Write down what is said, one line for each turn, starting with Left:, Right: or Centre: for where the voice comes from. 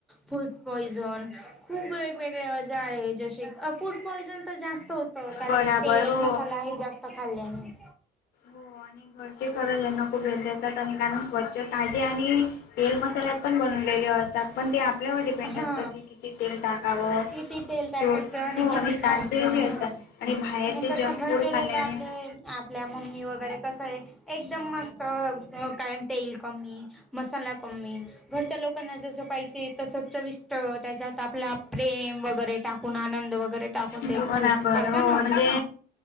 Centre: फूड पॉयझन खूप वेगवेगळ्या ज्या जसे फूड पॉयझन तर जास्त होत. कारण
Left: बराबर
Centre: तेल,
Left: हो
Centre: मसाला हे जास्त खाल्ल्याने.
Left: हो आणि घरचे खरच यांना कुठे येतात आणि कारण स्वच्छ ताजे आणि तेल, मसाल्यात पण बनवलेले असतात. पण ते आपल्यावर डिपेंड
Centre: हा
Left: असतं, की किती तेल टाकावं.
Centre: किती तेल टाकायचं
Left: हो
Centre: किती
Left: आणि
Centre: खायचं
Left: ताजे हे असतात.
Centre: हा
Left: आणि बाहेरचे
Centre: कसं
Left: जंक
Centre: घरचे
Left: फूड खाल्याने.
Centre: लोक आपले आपल्या मम्मी वगैरे कसं आहे. एकदम मस्त कारण ते ल कमी, मसाला कमी घरच्या लोकांना जसं पाहिजे. चव चविष्ट त्याच्यात आपला प्रेम वगैरे टाकून. आनंद वगैरे टाकून
Left: बराबर
Centre: ते खाऊ करताना
Left: हो म्हणजे